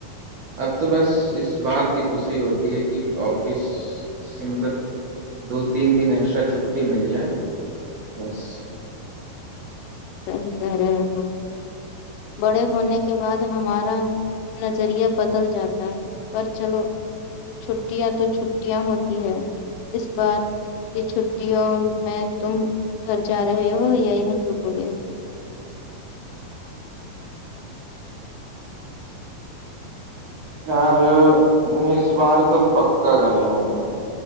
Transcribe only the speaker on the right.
اب تو بس اس بات کی خوشی ہوتی ہے کہ آفس مطلب دو تین دن ایکسٹرا چھٹی مل جائے بس
یار اس بار تو پکا گھر جاؤں گا میں